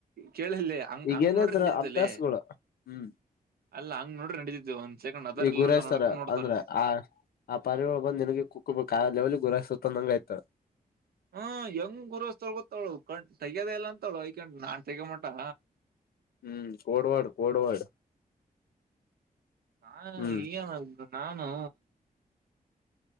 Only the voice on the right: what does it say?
ಕೇಳಿಲ್ಲಿ ಹಂಗ್
ಹಂಗ್ ನೋಡ್ರಿ ನಡೀತಲ್ಲಿ
ಅಲ್ಲ ಹಂಗ್ ನೋಡ್ರಿ ನಡೀತಿ ಒಂದ್ ಸೆಕೆಂಡ್ ಅದರ್
ಇಲ್ಲ
ಅಂತ ನೋಡಕ ನೋಡ್ತಾರ
ಹಾ ಹೆಂಗ್ ಗುರಸ್ತವಳ ಗೊತ್ತಾಳು ಕಣ ತಗದೇಲ್ಲ ಅಂತಳುಯಕೊಂಡ ನಾು ತಗ ಮಟಾ
ನಾ
ಏನ ನಾನು.